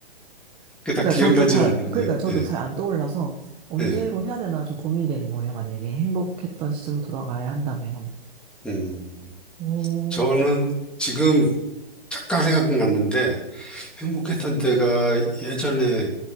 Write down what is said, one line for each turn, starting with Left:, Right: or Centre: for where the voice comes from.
Centre: 그닥
Right: 그러니까
Centre: 기억나질
Right: 저도 잘
Centre: 않는데요.
Right: 그러니까 저도
Centre: 예,
Right: 잘 안 떠올라서 언제로
Centre: 예.
Right: 해야 되나 좀 고민이 되는 거예요 만약에 행복했던 시절로 돌아가야 한다면
Centre: 음,
Right: 오,
Centre: 저는 지금 잠깐 생각났는데, 행복했던 때가 예전에